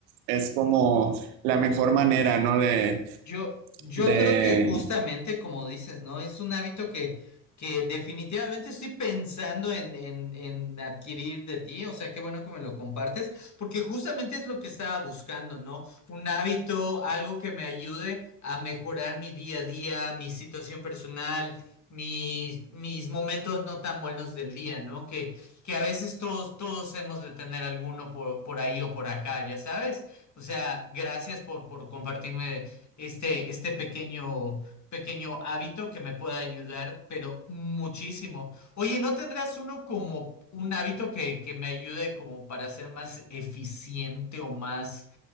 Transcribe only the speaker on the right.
es como la mejor manera, ¿no? De,
de